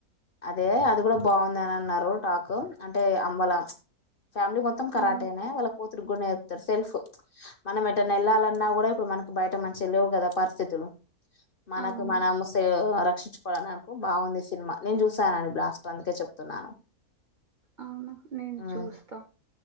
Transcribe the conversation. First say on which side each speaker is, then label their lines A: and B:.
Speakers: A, on the left (about 45°); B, on the right (about 40°).
A: అదే అది కూడా బాగుందిని అన్నారు టాక్ అంటే అంబల ఫ్యామిలీ మొత్తం కరాటేనా
B: అవును
A: వాళ్ళ కూతురికీ కూడా నేర్పుతారు సెల్ఫ్ మనం ఎటన్నా వెళ్ళాలన్నా కూడా ఇప్పుడు మనకి బయట మంచిగా లేవు కదా పరిస్థితులు మనకు
B: అవును
A: మనం సే రక్షించు నాకు బాగుంది సినిమా నేను చూసానండి బ్లాస్ట్ర్ అందుకే చెప్తున్నాను
B: అవునా నేను
A: ఉమ్,
B: చూస్తా